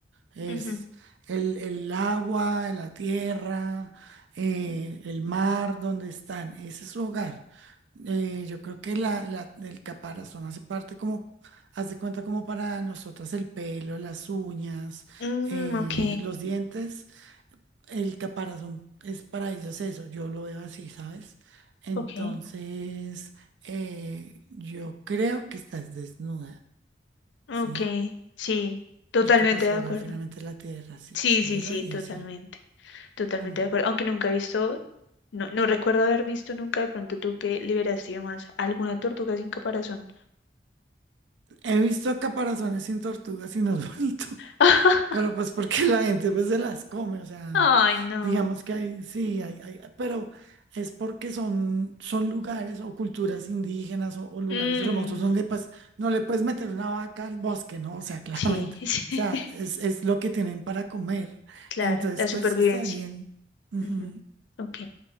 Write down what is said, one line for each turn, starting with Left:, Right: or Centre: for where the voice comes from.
Right: es
Left: ujú.
Right: el, el agua, la tierra, eh, el mar donde están, ese es su hogar. Eh, yo creo que la, la, el caparazón hace parte como, hace cuenta como para nosotras el pelo, las uñas,
Left: Mm,
Right: eh,
Left: ok,
Right: los dientes. El caparazón es para ellos eso, yo lo veo así, ¿sabes? Entonces,
Left: ok,
Right: eh, yo creo que estás desnuda,
Left: ok,
Right: ¿sí?
Left: sí, totalmente
Right: Porque pues su
Left: de acuerdo.
Right: hogar finalmente es la tierra, sí,
Left: Sí,
Right: sí,
Left: sí,
Right: yo
Left: sí,
Right: lo diría
Left: totalmente.
Right: así.
Left: Totalmente
Right: Mm.
Left: de acuerdo. Aunque nunca he visto, no, no recuerdo haber visto nunca de pronto tú que liberaste más alguna tortuga sin caparazón.
Right: He visto caparazones sin tortugas y no es bonito.
Left: <laughs>
Right: Pero pues porque la gente pues se las come, o sea,
Left: Ay, no.
Right: digamos que hay, sí, hay, hay- pero es porque son, son lugares o culturas indígenas o, o lugares
Left: Mm,
Right: remotos donde pues no le puedes meter una vaca al bosque, ¿no? O sea, <laughs> claramente,
Left: sí,
Right: o
Left: <laughs> sí.
Right: sea, es, es lo que tienen para comer.
Left: Claro,
Right: Entonces,
Left: la supervivencia.
Right: pues está bien. Ujú,
Left: Ujú. Ok,